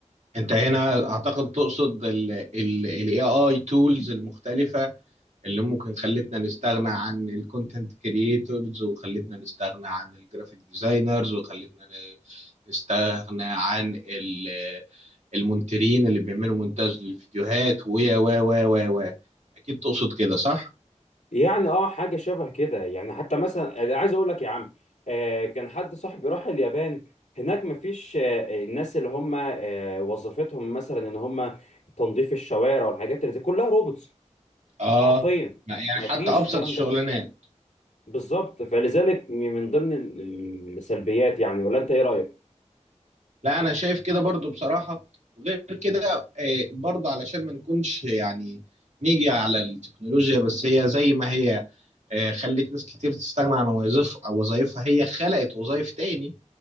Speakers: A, on the right; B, on the left.
A: انت هنا اعتقد تقصد ال ال ال AI tools المختلفة اللي ممكن خلتنا نستغنى عن الكونتنت كرييتورز وخلتنا نستغنى عن الجرافيك ديزاينرز وخلتنا ن- نستغنى عن ال- المونترين اللي بيعملوا مونتاج للفيديوهات ويا و و و و اكيد تقصد كده صح؟
B: يعني اه حاجه شبه كده يعني حتى مثلا أنا عايز اقول لك يا عم آه كان حد صاحبي راح اليابان هناك مفيش آه الناس اللي هم آه وظيفتهم مثلا ان هم تنظيف الشوارع والحاجات اللي زي كلها روبوتس
A: اه
B: حرفيا
A: يعني
B: مفيش
A: حتى ابسط
B: الكلام
A: الشغلانات
B: ده بالظبط فلذلك من ضمن ال- السلبيات يعني ولا انت ايه رايك
A: لا انا شايف كده برضو بصراحه وغير كده آه، برضو علشان ما نكونش يعني نيجي على التكنولوجيا بس هي زي ما هي آه، خلت ناس كتير تستغنى عن وظائف او وظائفها هي خلقت وظائف تاني